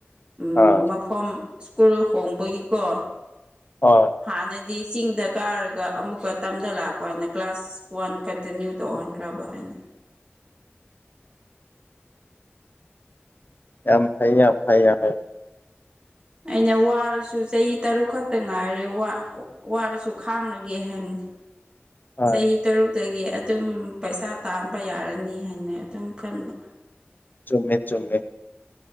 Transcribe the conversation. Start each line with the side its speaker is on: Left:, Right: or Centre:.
Right: ꯎ
Left: ꯑꯥ
Right: ꯃꯐꯝ ꯁ꯭ꯀꯨꯜ ꯍꯣꯡꯕꯒꯤꯀꯣ
Left: ꯍꯣꯏ
Right: ꯍꯥꯟꯅꯗ ꯗꯤ ꯆꯤꯡꯗ ꯀꯥꯔꯒ ꯑꯃꯨꯛꯀ ꯇꯝꯗ ꯂꯥꯛꯄꯅ ꯀ꯭ꯂꯥꯁ ꯋꯥꯟ ꯀꯟꯇꯤꯅ꯭ꯌꯨ ꯇꯧꯍꯟꯈ꯭ꯔꯕ ꯑꯩꯅ
Left: ꯌꯥꯝ ꯐꯩ ꯌꯥꯝ ꯐꯩ ꯍꯥꯏ
Right: ꯑꯩꯅ ꯋꯥꯔꯁꯨ ꯆꯍꯤ ꯇꯔꯨꯛ ꯈꯛꯇ ꯉꯥꯏꯔꯦ ꯋꯥ ꯋꯥꯔꯁꯨ ꯈꯥꯡꯂꯒꯦ ꯍꯥꯏꯅꯤ
Left: ꯍꯣꯏ
Right: ꯆꯍꯤ ꯇꯔꯨꯛ ꯇꯒꯤ ꯑꯗꯨꯝ ꯄꯩꯁꯥ ꯇꯥꯟꯕ ꯌꯥꯔꯅꯤ ꯍꯥꯏꯅ ꯑꯗꯨꯝ ꯈꯟꯕ
Left: ꯆꯨꯝꯃꯦ ꯆꯨꯝꯃꯦ